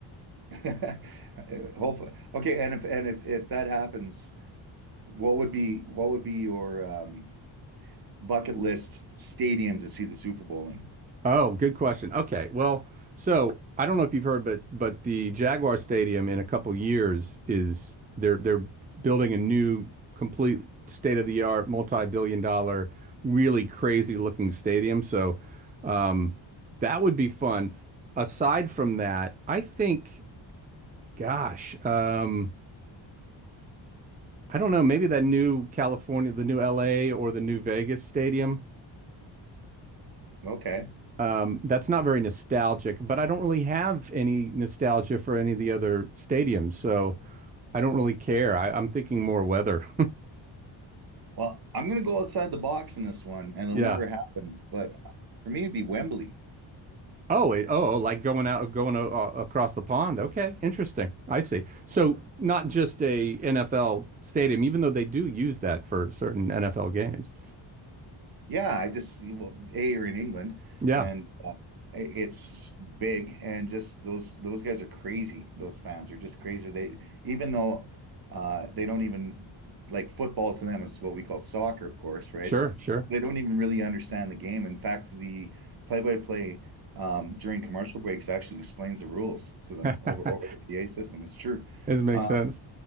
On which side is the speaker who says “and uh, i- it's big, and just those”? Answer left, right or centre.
Right